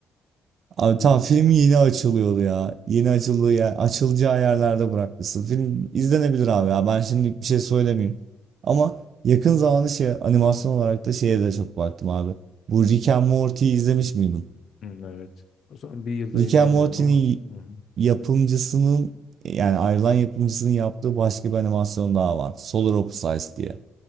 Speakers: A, on the right (about 60°); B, on the left (about 65°).
A: Abi
B: Uyumuş.
A: tam film yeni açılıyordu ya. Yeni açıldığı yer, açılacağı yerlerde bırakmışsın. Film izlenebilir abi ya. Ben şimdilik bir şey söylemeyeyim. Ama yakın zamanda şey animasyon olarak da şeye de çok baktım abi. Bu Rick and Morty izlemiş miydin?
B: Hı, evet. O zaman bir yılda
A: Rick
B: izlemiyorum
A: and Morty'nin
B: ama. Hı hı.
A: yapımcısının yani ayrılan yapımcısının yaptığı başka bir animasyon daha var. Solar Opposites diye.